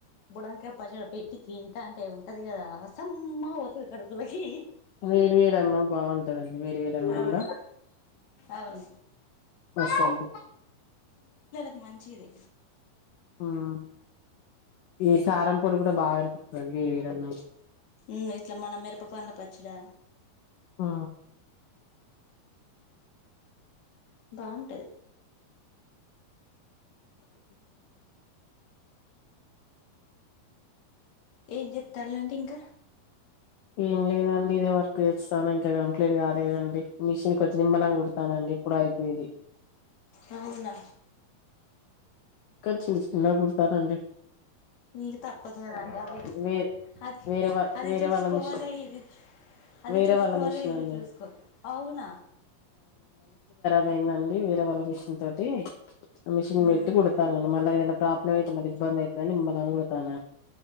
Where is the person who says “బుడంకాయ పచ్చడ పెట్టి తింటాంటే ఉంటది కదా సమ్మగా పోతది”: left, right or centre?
Left